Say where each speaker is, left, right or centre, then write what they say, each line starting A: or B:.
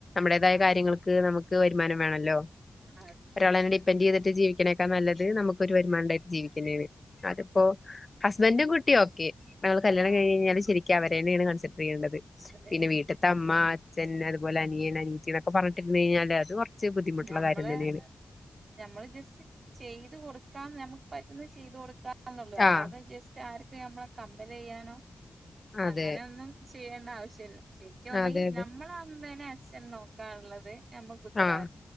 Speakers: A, on the left; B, on the right.
A: അവരുടേതായ
B: ആഹ്
A: കാര്യങ്ങൾക്ക് നമുക്ക് വരുമാനം വേണല്ലോ
B: അത്
A: ഒരാളെ
B: ശരിയാ
A: തന്നെ ഡി പ്പെൻഡ് ചെയ്തിട്ട് ജീവിക്കണേക്കാൾ നല്ലത് നമുക്ക് ഒരു വരുമാനം ഇണ്ടായിട്ട് ജീവിക്ക തന്നേണ് അതിപ്പോ ഹസ്ബന്റും കുട്ടിയും ഓക്കെ ഞങ്ങള് കല്യാണം
B: ആഹ്
A: കഴിഞ്ഞ് കഴിഞ്ഞാല് ശരിക്ക് അവരെ തന്നെയാണ് കൺസെപ്റ്റ് ചെയ്യേണ്ടത്
B: അതെ
A: പിന്നെ വീട്ടി ടെ അമ്മ അച്ഛൻ അതുപോലെ അനിയൻ അനീയത്തി എന്നൊക്കെ പറഞ്ഞിട്ട് ഇരുന്ന് കഴിഞ്ഞാല് അത് ബുദ്ധിമുട്ടുള്ള
B: നമ്മളെ
A: കാര്യം തന്നെയാണ്
B: ഞമ്മള് ജസ്റ്റ് ചെയ്തു കൊടുക്കാം നമ്മുക്ക് പറ്റുന്നത് ചെയ്ത് കൊടുക്കാം എന്നെ ഉള്ളു അല്ലാതെ
A: ആഹ്
B: ജസ്റ്റ് ആർക്കും നമ്മളെ കമ്പല് ചെയ്യാനോ
A: അതെ
B: അങ്ങനെ ഒന്നും ചെയ്യേണ്ട ആവശ്യല്ല ശരിക്കും ഒന്നെങ്കിൽ
A: അതെ അതെ
B: നമ്മളെ അമ്മേനെ അച്ഛനെയും നോക്കാനുള്ളത് നമ്മൾക്ക് ഉത്തരവാദി
A: ആഹ്